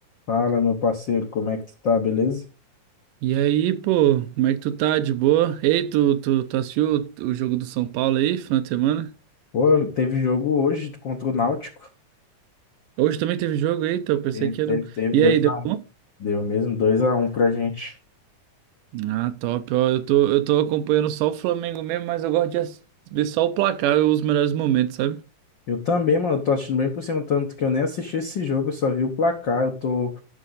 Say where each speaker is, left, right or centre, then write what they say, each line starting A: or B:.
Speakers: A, on the left (about 70°); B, on the right (about 80°).
A: Fala, meu parceiro, como é que tu tá, beleza?
B: E aí, pô, como é que tu tá? De boa? Ei, tu, tu, tu assistiu o o jogo do São Paulo aí, final de semana?
A: Pô, teve jogo hoje contra o Náutico.
B: Hoje também teve jogo, eita, eu pensei
A: Teve,
B: que era.
A: teve,
B: o-
A: teve
B: E
A: dois
B: aí, deu
A: a um
B: bom?
A: Deu mesmo dois a um pra gente.
B: Ah, top, ó, eu tô, eu tô acompanhando só o Flamengo mesmo, mas eu gosto de ass- ver só o placar e os melhores momentos, sabe?
A: Eu também, mano, tô assistindo bem por cima, tanto que eu nem assisti esse jogo, eu só vi o placar. Eu tô,